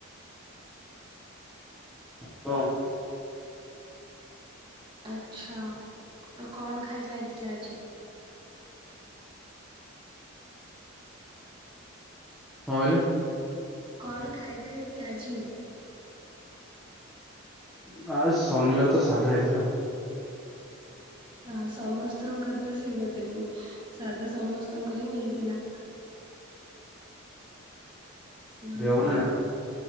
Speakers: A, in the centre; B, on the right.
A: ହଁ। କଣ
B: ଆଛା ତ କଣ ଖାଇବା ହେଇଥିଲା ଆଜି।
A: କଣ କହିଁଲେ?
B: କଣ ଖାଇବା ହେଇଥିଲା ଆଜି?
A: ନା ଆଜି ଶନିବାର ତ ସାଧା ହେଇଥିଲା ଆଉ।
B: ହ ସମସ୍ତଙ୍କର ତ ସେଇ ଗୋଟେ ହି ସାଧା ସମସ୍ତଙ୍କର ହିଁ ହେଇଥିଲା। ଓ
A: ଦେହ ଭଲ
B: ହୋ।
A: ନା